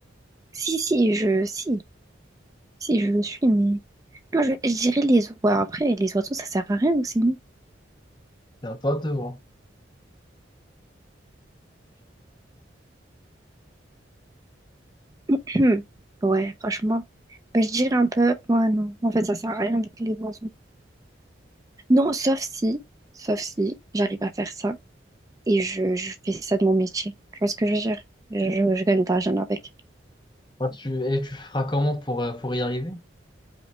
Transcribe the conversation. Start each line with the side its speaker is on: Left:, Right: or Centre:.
Right: Si, si, je, si, si, je le suis, mais. Non, je, je dirais les oiseaux. Après, les oiseaux, ça sert à rien aussi, non?
Left: T'as pas de devoir.
Right: <clears throat> Ouais, franchement. Ben, je dirais un peu. Ouais, non. En fait, ça sert à rien avec les oiseaux. Non, sauf si, sauf si j'arrive à faire ça et je, je fais ça de mon métier. Tu vois ce que je veux dire? Je, je gagne de l'argent avec.
Left: Toi, tu, et tu feras comment pour, euh, pour y arriver?